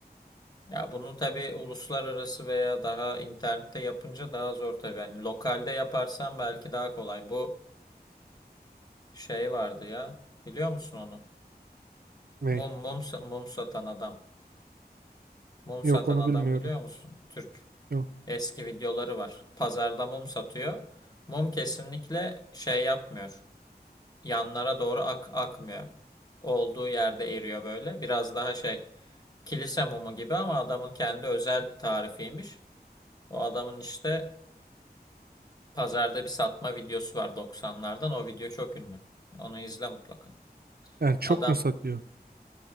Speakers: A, on the left (about 25°); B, on the right (about 65°).
A: Ya bunu tabii uluslararası veya daha internette yapınca daha zor tabii. Yani lokalde yaparsan belki daha kolay. Bu şey vardı ya. Biliyor musun onu?
B: Ney?
A: Mum mum sa- mum satan adam. Mum
B: Yok
A: satan
B: onu
A: adam
B: bilmiyorum.
A: biliyor musun? Türk.
B: Yok.
A: Eski videoları var. Pazarda mum satıyor. Mum kesinlikle şey yapmıyor. Yanlara doğru ak akmıyor. Olduğu yerde eriyor böyle. Biraz daha şey kilise mumu gibi ama adamın kendi özel tarifiymiş. O adamın işte pazarda bir satma videosu var 90'lardan. O video çok ünlü. Onu izle mutlaka.
B: Yani çok
A: Adam
B: mu satıyor?